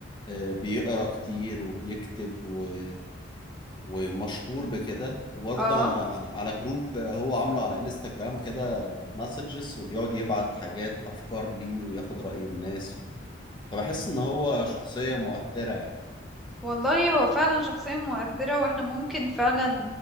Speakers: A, on the left; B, in the centre.
A: آه، بيقرأ كتير وبيكتب و... ومشهور بكده وبرضه
B: اه
A: أنا على على جروب آه، هو عامله على انستجرام كده مسجز وبيقعد يبعت حاجات أفكار ليه وياخد رأي الناس و... فبحس إن هو شخصية مؤثرة يعني
B: والله هو فعلا شخصية مؤثرة واحنا ممكن فعلا